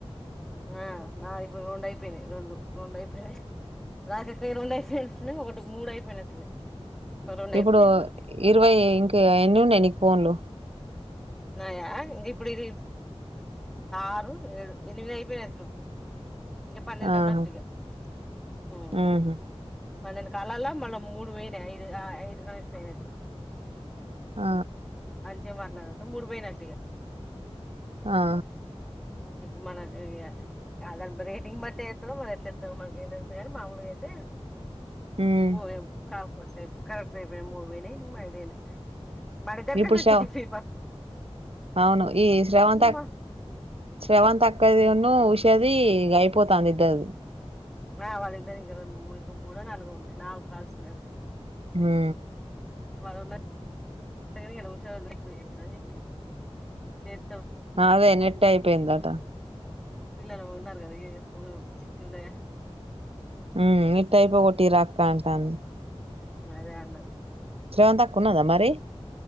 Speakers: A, in the centre; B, on the right.
A: ఆ నా ఇప్పుడు రెండు అయిపోయినాయి రెండు ఆ ఆ నాకు ఇపుడు రెండు అయిపోయింది రెండు రెండు అయిపోయాయి రసాకే రెండు అయిపోయినట్లు ఒకటి మూడు అయిపోయినట్టున్నాయి మరి రెండు అయిపోయినాయి
B: ఇప్పుడు
A: మరి
B: ఇరవై ఇంకా ఎన్ని ఉన్నాయి నీకు ఫోన్లు
A: నాయ ఇది ఇప్పుడు ఇది ఆరు ఏడు ఎనిమిది అయిపోయినట్టు ఇంకా పన్నెండు
B: ఆహా
A: ఉన్నట్టుగా హమ్
B: ఉహు
A: పన్నెండు కాలల్లో మనం మూడు ఇరవై ఆయన ఐదు ఆ ఐదు కనెక్ట్ అయినట్టు
B: ఆ
A: సేమ్ మాట్లాడంట ముడుపోయినట్లు ఇగ
B: ఆా
A: ఇపుడు మనకు ఇగ అలగ రేటింగ్ బట్టి ఇస్తాో రో మరి ఎట్లా ఇస్తారో మనకి ఏం తెలుసు గానీ మాముూలుగా అయితే
B: ఉమ్
A: పోయె కాల్ కరెక్ట్ ఏ ఇపుడు కరెక్ట్ అయిపోనాయి మూడు పోయినాయి ఐదు అయినాయి మన ఇద్దరు కి
B: ఇప్పుడు
A: సెట్
B: శ్రవ్
A: అయింది
B: అవును ఈ శ్రవంతక్
A: మా
B: శ్రవంత అక్కది అను విష్ చది ఇగ అయిపోతాండిది ఇద్దరిది
A: ఆ వాళ్ళిద్దరి ఇంక రెండు <unintelligible> మూడో నాలుగో ఉంది నాలుగు కాల్స్ ఉన్నాయి అంట
B: హా
A: వాళ్ళు <unintelligible> అని చెప్పింది పేర్
B: హ అదే నెట్టు అయిపోయిందట
A: పిల్లలు ఉన్నారు కద ఇ ఇపు డు చిట్టి ఉండే
B: ఉ నెట్ అయిపోగొట్టిరా అక్క అంటంది
A: అదే అన్నది.
B: స్రవంత్ అక్క ఉన్నదా మరి